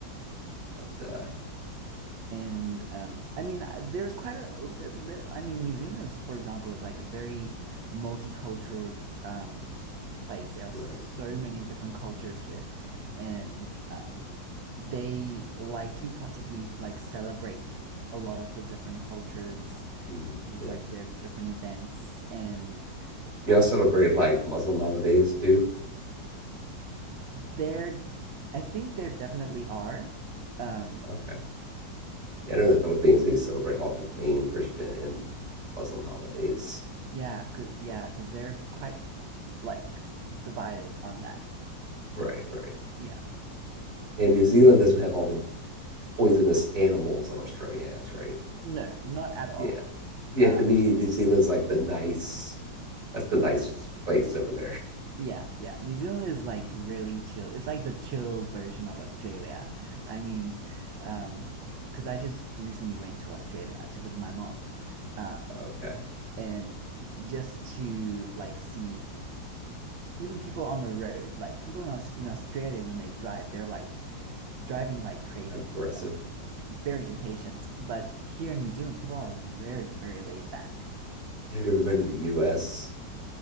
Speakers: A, on the right (about 45°); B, on the right (about 80°).
A: but uh,
B: Yeah. and um, I mean, uh, there's quite a. there- I mean, New Zealand, is, for example, is like a very multicultural um, place. There are
A: right,
B: so many different cultures here, and um, they like to particularly like celebrate a lot of the different cultures
A: mm,
B: with
A: yeah.
B: like their different events, and
A: Do
B: uh,
A: y'all celebrate like Muslim holidays too?
B: they I think there definitely are. Um,
A: Okay, yeah. I know in the Philippines they celebrate all the main Christian and Muslim holidays.
B: yeah, cause, yeah, because they're quite like divided on that.
A: Right, right.
B: Yeah.
A: And New Zealand doesn't have all the poisonous animals that Australia has, right?
B: No, not at all.
A: Yeah, Yeah,
B: Um,
A: to me, New Zealand's like the nice. That's the nice place over there. <laughs>
B: yeah, yeah. New Zealand is like really chill. It's like the chilled version of Australia. I mean, um, because I just recently went to Australia to visit my mom, um,
A: Okay,
B: and just to like see even people on the road, like people in Aus in Australia when they drive, they're like driving like crazy,
A: aggressive.
B: like very impatient. But here in New Zealand, people are very, very laid back.
A: Have you ever been to the U.S.?